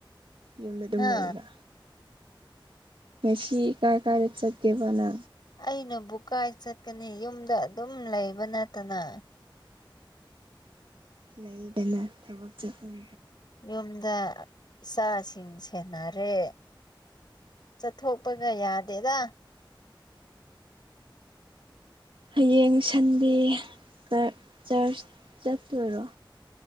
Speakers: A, on the right; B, on the left.
A: ꯌꯨꯝꯗ ꯑꯗꯨꯝ
B: ꯍꯥ
A: ꯂꯩꯌꯦꯕ ꯉ ꯁꯤ ꯀꯥꯏ ꯀꯔꯦ ꯆꯦꯕꯅꯥ
B: ꯑꯩꯅ ꯕꯨꯀꯥꯏ ꯆꯠꯀꯅꯤ ꯌꯨꯝꯗ ꯑꯗꯨꯝ ꯂꯩꯕ ꯅꯠꯇꯅ
A: ꯂꯩꯗꯅ ꯊꯕꯛ ꯆꯠꯐꯝ
B: ꯌꯨꯝꯗ ꯏꯆꯥꯁꯤꯡ ꯁꯦꯟꯅꯔꯦ ꯆꯠꯊꯣꯛꯄꯒ ꯌꯥꯗꯦꯗ
A: ꯍꯌꯦꯡ ꯁꯟꯗꯦ ꯆꯔꯆ ꯆꯠꯇꯔꯣ